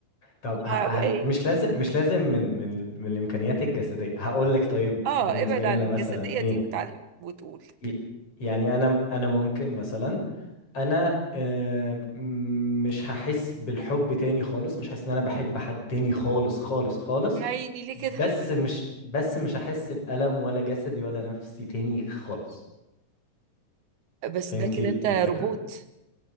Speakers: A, on the left; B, on the right.
A: طب
B: ما
A: ه-
B: هبقى
A: هل
B: إيه
A: مش لازم مش لازم من من من الامكانيات الجسديه هقول لك طيب
B: آه
A: بالنسبه
B: ابعد
A: لي
B: عن
A: انا
B: الجسدية
A: مثلا ايه
B: دي وتعلم وتقول
A: ي- يعني انا انا ممكن مثلا انا آه، م- مش هحس بالحب تاني خالص مش هحس ان انا بحب حد تاني خالص خالص خالص
B: يا عيني ليه
A: بس
B: كده
A: مش بس مش هحس بألم ولا جسدي ولا نفسي تاني خالص
B: بس
A: فهمتي
B: ده كده أنت روبوت
A: الفكره